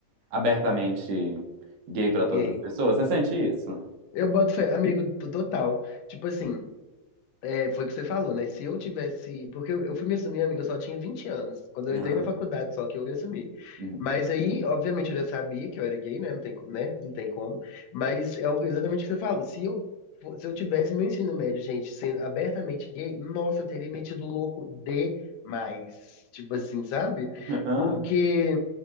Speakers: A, on the right; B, on the left.
A: abertamente gay pra todas
B: Gay.
A: as pessoas. Você sente isso?
B: Eu boto fé, amigo, t- total. Tipo assim, É, foi o que você falou, né? Se eu tivesse. Porque eu, eu fui me assumir, amiga, eu só tinha 20 anos. Quando eu
A: Aham.
B: entrei na faculdade, só que eu me assumi.
A: Uhum.
B: Mas aí, obviamente, eu já sabia que eu era gay, né? Não tem, co- né? Não tem como. Mas é o- exatamente o que você falou. Se eu, fo- se eu tivesse meu ensino médio, gente, sendo abertamente gay, nossa, eu teria metido louco demais. Tipo assim, sabe?
A: Aham.
B: Porque.